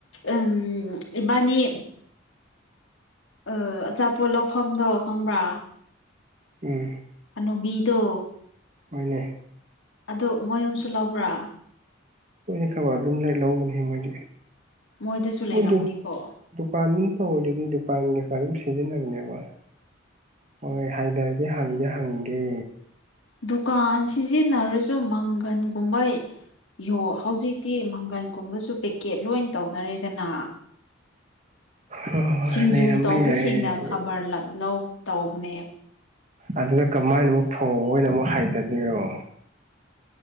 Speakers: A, on the left; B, on the right.
A: ꯎꯝ ꯏꯕꯥꯅꯤ ꯑ ꯑꯆꯥꯄꯣꯠ ꯂꯧꯐꯝꯗꯣ ꯈꯪꯕ꯭ꯔꯥ
B: ꯎꯝ
A: ꯍꯅꯨꯕꯤꯗꯣ
B: ꯍꯣꯏꯅꯦ
A: ꯑꯗꯨ ꯃꯣꯏꯁꯨ ꯂꯧꯕ꯭ꯔꯥ
B: ꯃꯣꯏꯅ ꯈꯕꯔ ꯑꯗꯨꯝ ꯂꯩ ꯂꯧꯕꯅꯦ ꯃꯣꯏꯒꯤ
A: ꯃꯣꯏꯗꯁꯨ
B: ꯃꯣꯏꯗꯨ
A: ꯂꯩꯔꯝꯒꯅꯤꯀꯣ
B: ꯗꯨꯀꯥꯟ ꯇꯧ ꯑꯣꯏꯗꯗꯤ ꯗꯨꯀꯥꯟ ꯌꯀꯥ ꯑꯌꯨꯝ ꯁꯤꯖꯤꯟꯅꯕꯅꯦꯕ ꯍꯣꯏ ꯍꯥꯏꯅꯔꯗꯤ ꯍꯪꯗꯤ ꯍꯪꯒꯦ
A: ꯗꯨꯀꯥꯟ ꯁꯤꯖꯤꯟꯅꯔꯁꯨ ꯃꯪꯒꯟꯒꯨꯝꯕꯩ ꯌꯣ ꯍꯧꯖꯤꯛꯇꯤ ꯃꯪꯒꯟꯒꯨꯝꯕꯁꯨ ꯄꯦꯛꯀꯦꯠ ꯂꯣꯏ ꯇꯧꯅꯔꯦꯗꯅ
B: ꯍꯣꯏ ꯍꯣꯏ
A: ꯁꯤꯡꯖꯨ
B: ꯂꯩꯔꯝꯕ
A: ꯇꯧꯕꯁꯤꯡꯅ
B: ꯌꯥꯏ
A: ꯈꯕꯔ ꯂꯛꯅꯧ ꯇꯧꯕꯅꯦꯕ
B: ꯑꯗꯨꯅ ꯀꯃꯥꯏꯅ ꯑꯃꯨꯛ ꯊꯧꯑꯣꯏꯅ ꯃꯨꯛ ꯍꯥꯏꯗꯜꯂꯤꯔꯣ